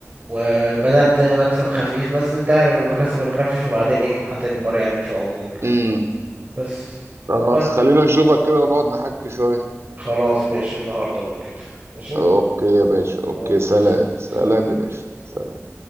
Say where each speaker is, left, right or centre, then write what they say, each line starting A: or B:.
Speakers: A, on the right (about 35°); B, on the right (about 60°).
A: وبدأت مكسب خفيف بس انت عارف المكاسب الخفيفة بعدين ايه هتكبر يعني ان شاء الله وكده
B: امم
A: بس
B: خلاص
A: بس
B: خلينا نشوفك كده ونقعد نحكي شوية
A: خلاص ماشي النهارده لو كده ماشي
B: اوكي يا
A: أه،
B: باشا اوكي
A: أه،
B: سلام
A: بس.
B: سلام
A: سلام
B: يا باشا سلام.